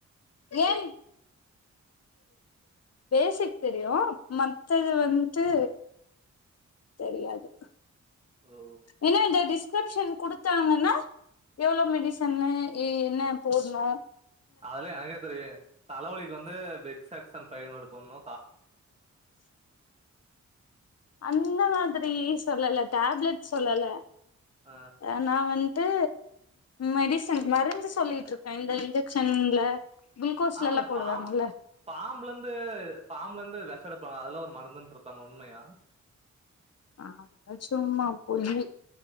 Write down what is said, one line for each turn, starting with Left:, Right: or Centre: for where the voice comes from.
Left: ஏன் பேசிக் தெரியு மத்தது வந்து தெரியாது
Right: ஓ
Left: ஏனா இந்த டிஸ்கிரிப்ஷன் குடுத்தாங்கன்னா எவ்ளோ மெடிசன்னு என்ன போட்ணு
Right: அதுலா எனக்கே தெரியு தலவலிக்கு வந்து விக்ஸ் அக்ஸன் ஃபை ஹன்ரடு போட்னு
Left: அந்த மாதிரி சொல்லல டேப்லெட் சொல்லல
Right: ஆ
Left: அ நா வந் து மெடிசின் மருந்து சொல்லிட்ருக்க இந்த இன்ஜெக்ஷன்ல குளுக்கோஸ்லல்லா
Right: ஆமா இந்த
Left: போடுவாங்கல்ல
Right: பா பாம்புலந்து பாம்லெந்து வெ ச எடுப்பாங்க அதுலா ஒரு மருந்துன்ரு ப்பாங்க உண்மயா
Left: அதுலா சும்மா பொய்யி